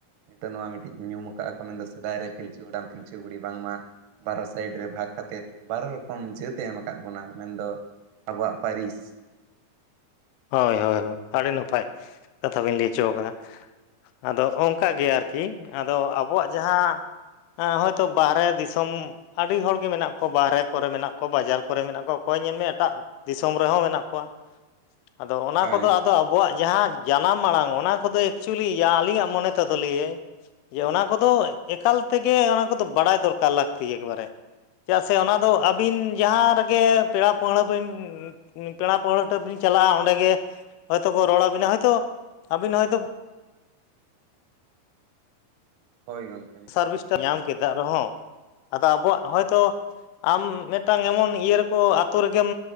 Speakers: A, on the right; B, on the left.
A: ᱱᱤᱛᱳᱜ ᱱᱚᱶᱟ ᱢᱤᱫᱴᱤᱡ ᱧᱩᱢ ᱟᱠᱟᱜᱼᱟ ᱠᱚ, ᱢᱮᱱᱫᱚ ᱥᱮᱫᱟᱭ ᱨᱮ ᱯᱤᱞᱪᱩ ᱦᱟᱲᱟᱢ ᱯᱤᱞᱪᱩ ᱵᱩᱲᱦᱤ ᱵᱟᱝ ᱢᱟ ᱵᱟᱨᱚ ᱥᱟᱭᱤᱰ ᱨᱮ ᱵᱷᱟᱜᱽ ᱠᱟᱛᱮᱫ ᱵᱟᱨᱚ ᱨᱚᱠᱚᱢ ᱡᱟᱹᱛ ᱮ ᱮᱢ ᱟᱠᱟᱫ ᱵᱚᱱᱟ ᱢᱮᱱᱫᱚ ᱟᱵᱚᱣᱟᱜ ᱯᱟᱨᱤᱥ
B: ᱦᱚᱭ ᱦᱚᱭ ᱦᱳᱭ, ᱟᱰᱤ ᱱᱟᱯᱟᱭ ᱠᱟᱛᱷᱟ ᱵᱤᱱ ᱞᱟᱹᱭ ᱦᱚᱪᱚ ᱟᱠᱟᱫᱟ᱾ ᱟᱫᱚ ᱚᱝᱠᱟ ᱜᱮ ᱟᱨᱠᱤ, ᱟᱫᱚ ᱟᱵᱚᱣᱟᱜ ᱡᱟᱦᱟᱸ ᱮᱸ ᱦᱳᱭᱛᱳ ᱵᱟᱦᱨᱮ ᱫᱤᱥᱚᱢ ᱟᱹᱰᱤ ᱦᱚᱲ ᱜᱮ ᱢᱮᱱᱟᱜ ᱠᱚᱣᱟ, ᱵᱟᱦᱨᱮ ᱠᱚᱨᱮ ᱢᱮᱱᱟᱜ ᱠᱚᱣᱟ ᱵᱟᱡᱟᱨ ᱠᱚᱨᱮ ᱢᱮᱱᱟᱜ ᱠᱚᱣᱟ ᱚᱠᱚᱭ ᱧᱮᱞ ᱢᱮ ᱮᱴᱟᱜ ᱫᱤᱥᱚᱢ ᱨᱮᱦᱚᱸ ᱢᱮᱱᱟᱜ ᱠᱚᱣᱟ᱾ ᱟᱫᱚ ᱚᱱᱟ
A: ᱦᱳᱭ
B: ᱠᱚᱫᱚ ᱟᱫᱚ ᱟᱵᱚᱣᱟᱜ ᱡᱟᱦᱟᱸ ᱡᱟᱱᱟᱢ ᱟᱲᱟᱝ ᱚᱱᱟ ᱠᱚᱫᱚ ᱮᱠᱪᱩᱣᱮᱞᱤ ᱟᱹᱞᱤᱧᱟᱜ ᱢᱚᱱᱮ ᱛᱮᱫᱚ ᱞᱟᱹᱭᱟᱭ ᱡᱮ ᱚᱱᱟ ᱠᱚᱫᱚ ᱮᱠᱟᱞ ᱛᱮᱜᱮ ᱚᱱᱟ ᱠᱚᱫᱚ ᱵᱟᱲᱟᱭ ᱫᱚᱨᱠᱟᱨ ᱞᱟᱹᱠᱛᱤ ᱮᱠᱮᱵᱟᱨᱮ᱾ ᱪᱮᱫᱟᱜ ᱥᱮ ᱚᱱᱟ ᱫᱚ ᱟᱹᱵᱤᱱ ᱡᱟᱦᱟᱸ ᱨᱮᱜᱮ ᱯᱮᱲᱟ ᱯᱟᱺᱦᱲᱟᱹ ᱵᱤᱱ ᱯᱮᱲᱟ ᱯᱟᱺᱦᱲᱟᱹ ᱴᱷᱮᱱ ᱵᱤᱱ ᱪᱟᱞᱟᱜᱼᱟ, ᱚᱸᱰᱮ ᱜᱮ ᱦᱳᱭᱛᱳ ᱠᱚ ᱨᱚᱲ ᱟᱹᱵᱤᱱᱟ ᱦᱳᱭᱛᱳ ᱟᱹᱵᱤᱱ ᱦᱳᱭᱛᱳ
A: ᱦᱳᱭ ᱜᱚᱝ
B: ᱥᱟᱨᱵᱷᱤᱥ ᱴᱟᱜ ᱧᱟᱢ ᱠᱮᱛᱮᱜ ᱨᱮᱦᱚᱸ, ᱟᱫᱚ ᱟᱵᱚᱣᱟᱜ ᱦᱚᱭᱛᱚ ᱟᱢ ᱢᱮᱫᱴᱟᱝ ᱮᱢᱚᱱ ᱤᱭᱟᱹ ᱨᱮᱠᱚ ᱟᱛᱳ ᱨᱮᱜᱮᱢ